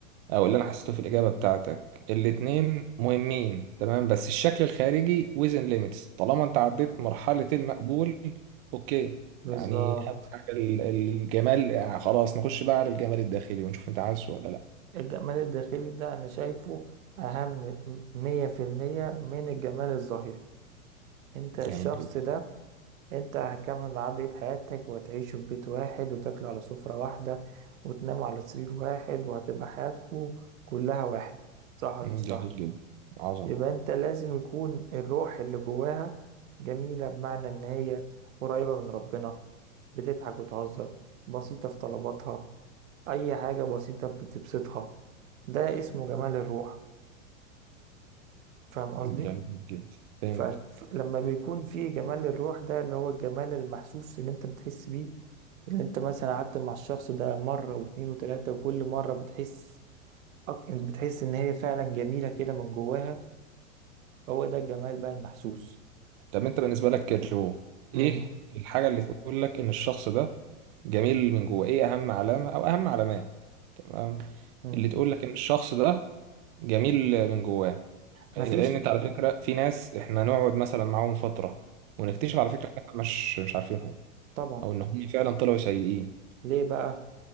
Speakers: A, on the right; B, on the right.
A: او اللي انا حسيته في الاجابه بتاعتك الاتنين مهمين تمام بس الشكل الخارجي within limits طالما انت عديت مرحله المقبول اوكي
B: بالظبط
A: يعني اهم حاجه ال- ال- الجمال يعني خلاص نخش بقى على الجمال الداخلي ونشوف انت عايزه ولا لا
B: الجمال الداخلي ده انا شايفه اهم مية في المية من الجمال الظاهري انت الشخص
A: جميل جدا
B: ده انت هتكمل معاه بقية حياتك وهتعيشوا في بيت واحد وتاكلوا على سفرة واحدة وتناموا على سرير واحد وهتبقى حياتكوا كلها واحد صح ولا
A: مم،
B: مش صح
A: جميل جدا عظمه
B: يبقى انت لازم يكون الروح اللي جواها جميلة بمعنى ان هي قريبة من ربنا بتضحك وتهزر بسيطة في طلباتها اي حاجة بسيطة بتبسطها ده اسمه جمال الروح فاهم قصدي
A: جميل جدا فهمت
B: فلما بيكون في جمال الروح ده اللي هو الجمال المحسوس اللي انت بتحس بيه اللي انت مثلا قعدت مع الشخص ده مرة واتنين وتلاتة وكل مرة بتحس أك- بتحس ان هي فعلا جميلة كده من جواها هو ده الجمال بقى المحسوس
A: طب انت بالنسبه لك كجو
B: مم.
A: ايه الحاجه اللي تقول لك ان الشخص ده جميل من جوه ايه اهم علامه او اهم علامات تمام
B: مم.
A: اللي تقول لك ان الشخص ده جميل من جواه
B: مفيش
A: لان انت على فكره في ناس احنا نقعد مثلا معاهم فتره ونكتشف على فكره ان احنا مش مش عارفينهم
B: طبعا
A: او ان هم فعلا طلعوا سيئين
B: ليه بقى